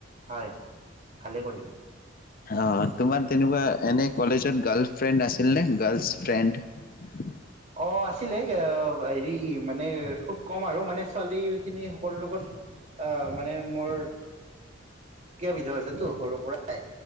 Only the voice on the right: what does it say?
হয়, ভালেই কৰিলা।
উম।
অ আছিলে অ হেৰি মানে খুব কম আৰু মানে ছোৱালী খিনি সকলোৰ লগত অঁ মানে মোৰ বিধৰ আছিলে তো সৰু পৰাই।